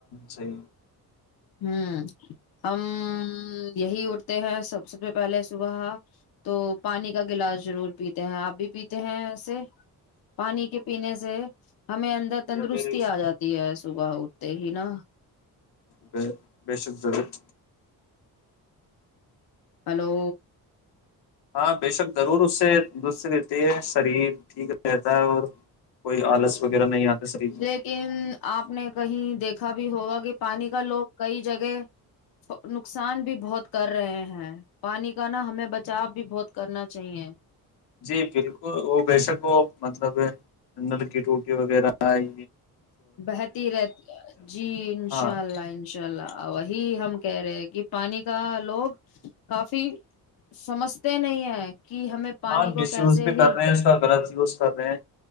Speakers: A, on the left (about 85°); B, on the left (about 65°).
A: سےی
B: ہوں ہم یہی اٹھتے ہیں سب سے پ پہلے صبح تو پانی کا گلاس ضرور پیتے ہیں آپ بھی پیتے ہیں ایسے پانی کے پینے سے ہمیں اندر تندرستی
A: یا پھر
B: آ جاتی ہے صبح اٹھتے ہی نا
A: ب بے شک ضرورت
B: ہلو
A: ہاں بے شک ضرور اس سےندستری رہتی ہے شرین ٹھیک رہتا ہے اور کوئی آلس وغیرہ نہیں آتا شریر میں
B: لیکن آپ نے کہیں دیکھا بھی ہوگا کہ پانی کا لوگ کئی جگہ نقصان بھی بہت کر رہے ہیں پانی کا نا ہمیں بچاؤ بھی بہت کرنا چاہیے
A: جی بالکل وہ بےشک وہ مطلب نلکی ٹوٹی وغیرہ آئی
B: بہتی رہتی جی انشاء
A: ہاں
B: اللہ انشاء اللہ وہی ہم کہہ رہے ہیں کہ پانی کا لوگ کافی سمجھتے نہیں ہیں کہ ہمیں پانی
A: ہاں
B: کو
A: مس
B: کیسے
A: یوز بھی
B: ہی
A: کر رہے ہیں اس کا غلط یوز کر رہے ہیں